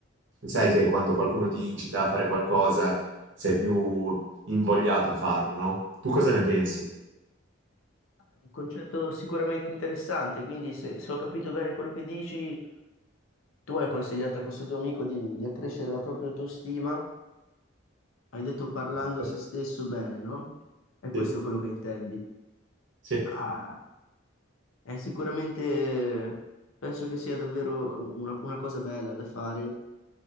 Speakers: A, on the right (about 65°); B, on the left (about 85°).
A: sai che quando qualcuno ti incita a fare qualcosa sei più invogliato a farlo, no? Tu cosa ne pensi?
B: un concetto sicuramente interessante, quindi se, se ho capito bene quello che dici, tu hai consigliato a questo tuo amico di, di accrescere la propria autostima, hai detto parlando
A: Esatto.
B: a se stesso bene, no? È questo
A: Sì,
B: quello che intendi.
A: sì.
B: Ah, è sicuramente, penso che sia davvero una, una cosa bella da fare